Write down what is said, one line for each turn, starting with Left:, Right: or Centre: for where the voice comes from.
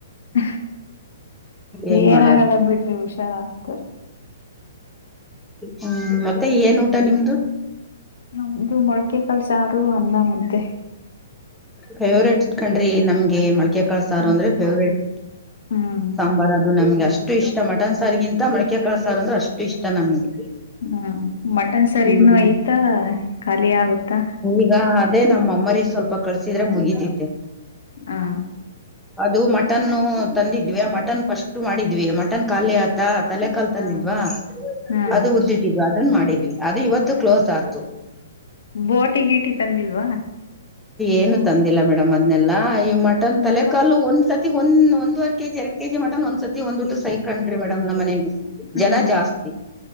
Left: ಹ
Centre: ಏನ್
Left: ಏನಾಗಲ್ಲ
Centre: ಮಾಡೋದು
Left: ಬಿಡ್ರಿ ಹುಷಾರಾಗ್ತರ.
Centre: ಹ್ಮ್ ಮತ್ತೆ ಏನ್ ಊಟ ನಿಮ್ದು.
Left: ನಮ್ದು ಮೊಳಕೆ ಕಳ್ಸಾರು ಅನ್ನ ಮುದ್ದೆ.
Centre: ಫೇವ್ರೇಟ್ಕಂಡ್ರಿ ನಮ್ಗೆ ಮೊಳಕೆ ಕಾಳ್ ಸಾರು
Left: ಹ್ಮ್
Centre: ಅಂದ್ರೆ ಫೇವ್ರೇಟ್
Left: ಹ್ಮ್
Centre: ಸಾಂಬಾರ್ ಅದು ನಮ್ಗೆ ಅಷ್ಟ ಅಷ್ಟು ಇಷ್ಟ ಮಟನ್ ಸಾರಿಗಿಂತ ಮಳಿಕೆಕಳ ಸಾರು ಅಂದ್ರೆ ಅಷ್ಟು ಇಷ್ಟ ನಮಗೆ.
Left: ಹ್ಮ್ ಮಟನ್ ಸರಿನೂ
Centre: ಹ್ಮ್
Left: ಐತಾ ಖಾಲಿ ಆಗುತ್ತಾ
Centre: ಈಗಾ ಅದೇ ನಮ್ಮಮ್ಮರಿಗಿ ಸ್ವಲ್ಪ ಕಳ್ಸಿದ್ರೆ ಮುಗಿತಿತೆ.
Left: ಹಾ
Centre: ಅದು ಮಟನ್ನು ತಂದಿದ್ವಿ ಮಟನ್ ಫಸ್ಟ್ ಮಾಡಿದ್ವಿ ಮಟನ್ ಖಾಲಿ ಆತಾ. ತಲೆಕಾಲ್ ತಂದಿದ್ವಾ
Left: ಹ ಹಾ
Centre: ಅದು ಹುರ್ದಿಟ್ಟಿದ್ವಿ ಅದನ್ ಮಾಡಿದ್ವಿ ಅದು ಇವತ್ತು ಕ್ಲೋಸ್ ಆತು.
Left: ಬೋಟಿ ಗೀಟಿ ತಂದಿಲ್ವಾ
Centre: ಏನು ತಂದಿಲ್ಲ ಮೇಡಮ್ ಅದನೆಲ್ಲಾ ಇಮ್ಮ
Left: ಹ್ಮ್
Centre: ತಲೆ ಕಾಲು ಒಂದ್ಸ ಒಂದ್ ಒಂದ್ವರೆ ಕೆ ಜಿ ಎರಡ್ ಕೆಜಿ ಮಟನ್ ಒಂದ್ ಸತಿ ಒಂದ್ ಊಟಕ್ ಸಯ್ ಕಣ್ರಿ ಮೇಡಮ್ ನಮ್ಮನೆಗೆ.
Left: ಹ್ಮ್
Centre: ಜನ ಜಾಸ್ತಿ.